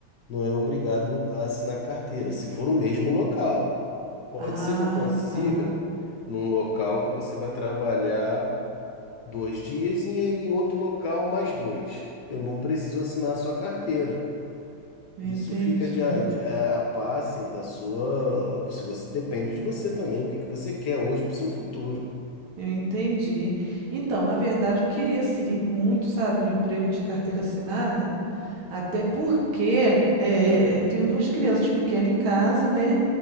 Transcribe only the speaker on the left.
não é obrigado a assinar carteira, se for no mesmo local. Pode
ser que eu consiga
num local que você vai trabalhar dois dias e em outro local mais dois. Eu não preciso assinar sua carteira.
Isso fica de, a- de, a a par, assim, da sua. Se você depende de você também, o que que você quer hoje para o seu futuro.